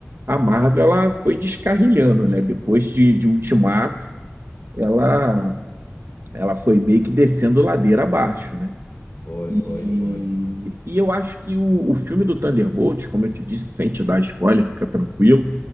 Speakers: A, on the right (about 75°); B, on the left (about 45°).
A: a Marvel, ela foi descarrilhando, né? Depois de, de Ultimato, ela ela foi meio que descendo ladeira abaixo, né?
B: Foi,
A: E,
B: foi, foi.
A: e eu acho que o, o filme do Thunderbolts, como eu te disse, sem te dar spoiler, fica tranquilo.